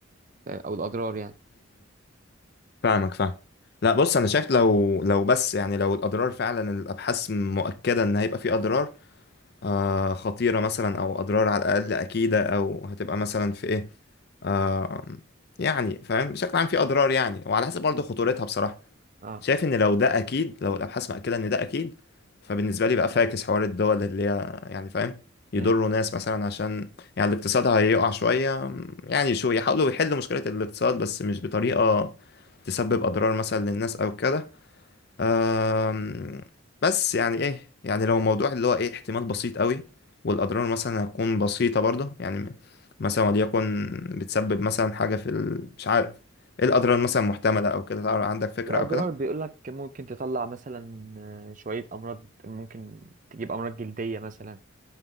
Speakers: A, on the right; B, on the left.
A: او الاضرار يعني
B: فاهمك فاهم لا بص انا شايف لو لو بس يعني لو الاضرار فعلا الابحاث مؤكده ان هيبقى في اضرار آه خطيره مثلا او اضرار على الاقل اكيده او هتبقى مثلا في ايه آه يعني فاهم بشكل عام في اضرار يعني وعلى حسب برضه خطورتها بصراحه
A: اه
B: شايف ان لو ده اكيد لو الابحاث مأكده ان ده اكيد فبالنسبه لي بقى فاكس حوار الدول اللي هي يعني فاهم يضروا
A: امم
B: ناس مثلا عشان يعني الاقتصاد هيقع شويه يعني شو يحاولوا يحلوا مشكله الاقتصاد بس مش بطريقه تسبب اضرار مثلا للناس او كده أم، بس يعني ايه يعني لو موضوع اللي هو ايه احتمال بسيط قوي والاضرار مثلا هتكون بسيطه برضه يعني مثلا وليكن بتسبب مثلا حاجه في ال... مش عارف ايه الاضرار مثلا محتمله او كده عندك فكره
A: الاضرار
B: او كده
A: بيقول لك ممكن تطلع مثلا آه، شويه امراض ممكن تجيب امراض جلديه مثلا